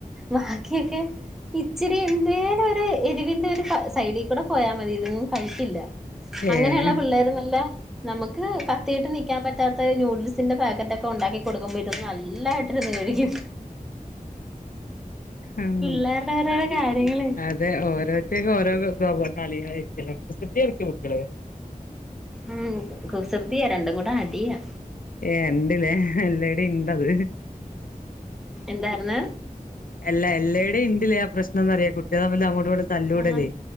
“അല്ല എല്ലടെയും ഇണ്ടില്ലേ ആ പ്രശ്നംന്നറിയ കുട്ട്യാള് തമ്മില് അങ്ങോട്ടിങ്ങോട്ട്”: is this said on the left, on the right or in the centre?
Left